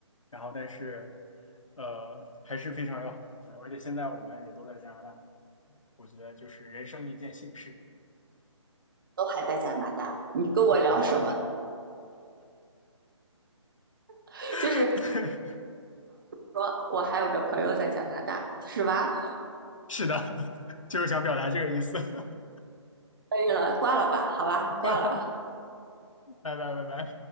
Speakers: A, on the left; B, on the right.
A: 然后但是呃还是非常要好的朋友，而且现在我们也都在加拿大，我觉得就是人生一件幸事。
B: 都还在加拿大，你跟我聊什么？
A: 对，都还在这里。
B: <laughs>
A: <laughs>
B: 就是说我还有个朋友在加拿大，是吧？
A: 是的，<laughs> 就是想表达这个意思。<laughs>
B: 可以了，挂了吧，好吧，挂了。
A: 拜拜拜拜。